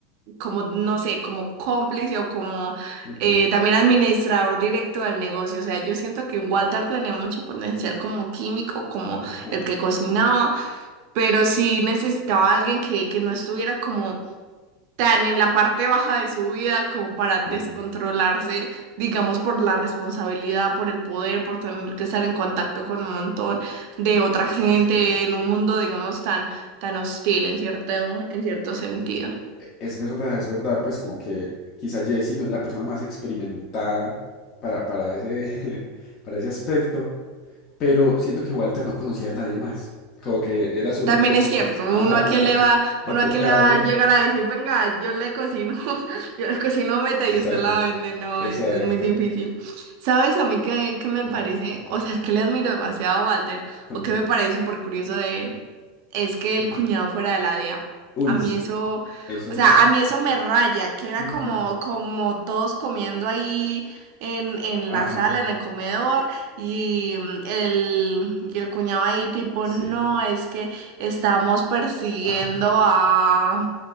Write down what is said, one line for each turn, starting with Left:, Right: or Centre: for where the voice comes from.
Right: como, no sé, como cómplice o como
Left: ok,
Right: eh, también administrador directo del negocio. O sea, yo siento que Walter tenía mucho potencial como químico, como
Left: ajá,
Right: el que cocinaba, pero sí necesitaba a alguien que, que no estuviera como tan en la parte baja de su vida como para descontrolarse,
Left: sí,
Right: digamos, por la responsabilidad, por el poder, por tener que estar en contacto con un montón de otra gente
Left: es verdad.
Right: en un mundo, digamos, tan, tan hostil en cierto, en cierto sentido.
Left: E- Es verdad, es verdad, pues como que quizá Jessie no es la persona más experimentada para, para ese, <laughs> para ese aspecto, pero siento que Walter no conocía a nadie más, como que era su
Right: También
Left: único,
Right: es cierto, uno
Left: ajá,
Right: a
Left: como
Right: quién
Left: que,
Right: le va,
Left: ¿a
Right: uno
Left: quién
Right: a quién
Left: le
Right: le
Left: hablo?
Right: va a llegar a decir, venga, yo le cocino, <laughs> yo le cocino meta
Left: Exacto,
Right: y usted la vende, no,
Left: exacto,
Right: es, es muy difícil. ¿Sabes a mí qué, qué me
Left: ah,
Right: parece? O sea, que le admiro demasiado a Walter,
Left: con
Right: o que
Left: Tom,
Right: me parece súper curioso de él, es que el
Left: sí.
Right: cuñado fuera de la DEA. A
Left: Uy,
Right: A mí
Left: sí,
Right: eso,
Left: eso...
Right: o sea, a mí eso me raya, que era
Left: Ujú.
Right: como, como todos comiendo ahí en, en
Left: Ajá,
Right: la sala, en el comedor. Y mm, el, y el cuñado ahí tipo,
Left: sí.
Right: no, es que Estamos persiguiendo
Left: Ajá. <laughs>
Right: a,